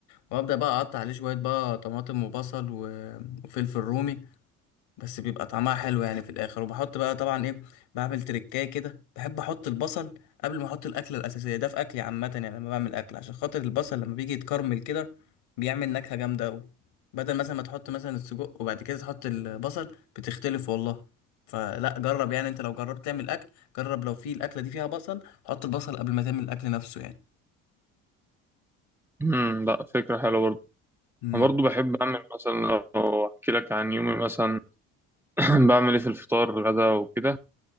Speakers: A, on the left; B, in the centre.
A: وابدا بقى اقطع عليه شويه بقى طماطم وبصل و- وفلفل رومي بس بيبقى طعمها حلو يعني في الاخر وبحط بقى طبعا ايه بعمل تريكايه كده بحب احط البصل قبل ما احط الاكله الاساسيه ده في اكلي عامه يعني لما بعمل اكل عشان خاطر البصل لما بيجي يتكرمل كده بيعمل نكهه جامده قوي بدل مثلا ما تحط مثلا السجق وبعد كده تحط البصل بتختلف والله فلا جرب يعني انت لو جربت تعمل اكل جرب لو في الاكله دي فيها بصل حط البصل قبل ما تعمل الاكل نفسه يعني
B: امم لا فكره حلوه برضه
A: امم
B: انا برضه بحب اعمل مثلا لو احكي لك عن يومي مثلا <clears throat> بعمل ايه في الفطار غدا وكده